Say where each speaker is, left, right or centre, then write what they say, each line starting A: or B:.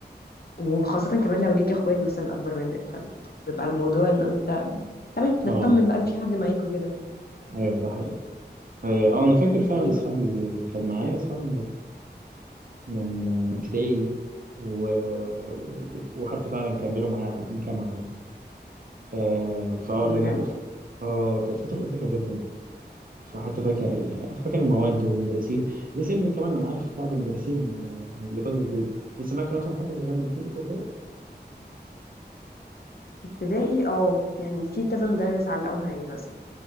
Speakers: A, on the left; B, on the right.
A: وخاصة كمان لو ليك إخوات مثلا أكبر منك فبيبقى الموضوع إن أنت تمام مطمن
B: اه
A: بقى إن في حد معاك وكده
B: ايوه ده حقيقي اه آه، انا فاكر فعلا
A: إيه
B: اصحابي كان معايا اصحابي من من ابتدائي و... و- وحتى فعلا كملوا معايا لحد الجامعة يعني آه، فاه
A: بجد
B: لأن كانت اه كانت فترة لطيفة جدا فحتى فاكر ال... فاكر المواد والمدرسين لسه يمكن كمان أنا عارف بعض المدرسين آه، اللي كانوا بيدولي لسه فاكر أصلا حد من اللي كان بيديلك وكده
A: ابتدائي اه يعني في كذا مدرس علقوا معايا مثلا